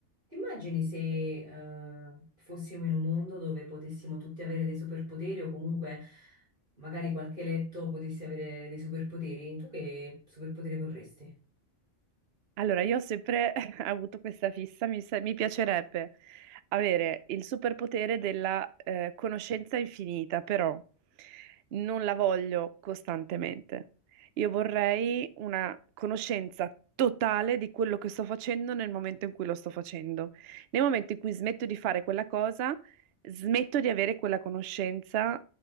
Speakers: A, on the right (about 45°); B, on the right (about 65°).
A: Ti immagini se eh, fossimo in un mondo dove potessimo tutti avere dei superpoteri o comunque magari qualche eletto potesse avere dei superpoteri? Tu che superpotere vorresti?
B: Allora, io ho sempre <laughs> avuto questa fissa, mi, sa- mi piacerebbe avere il superpotere della eh, conoscenza infinita, però non la voglio costantemente. Io vorrei una conoscenza totale di quello che sto facendo nel momento in cui lo sto facendo. Nel momento in cui smetto di fare quella cosa, smetto di avere quella conoscenza,